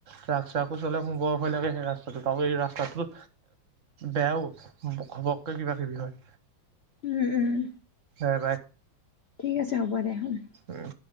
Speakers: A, on the right (about 55°); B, on the left (about 50°).
A: ট্ৰাক চ্ৰাকো চলে মোৰ বৰ ভয় লাগে। সেই ৰাছ তাৰতাক এই ৰাস্তাটো বেয়াও ঘপককৈ কিবাকিবি হয়।
B: উম উম।
A: বাই
B: ঠিক আছে হ'ব দে উম!
A: উম